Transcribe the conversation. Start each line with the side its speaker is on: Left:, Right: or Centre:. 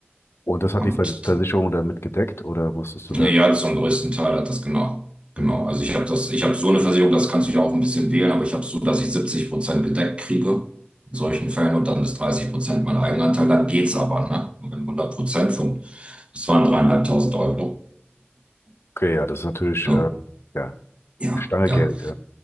Left: Und das hat
Right: Und
Left: die Vers- Versicherung dann mitgedeckt oder musstest du
Right: Nee,
Left: da?
Right: Ja, zum größten Teil hat das genau. Genau.
Left: mhm,
Right: Also ich habe das, ich habe so eine Versicherung, das kannst du ja auch ein bisschen wählen, aber ich habe so, dass ich 70 Prozent gedeckt kriege in solchen Fällen und dann bis 30 Prozent mein Eigenanteil, dann geht's aber, ne? Wenn hundert Prozent von, das waren dreieinhalbtausend Euro.
Left: Okay, ja, das ist natürlich,
Right: Ja,
Left: äh, ja,
Right: ja,
Left: eine Stange
Right: ja.
Left: Geld, ja.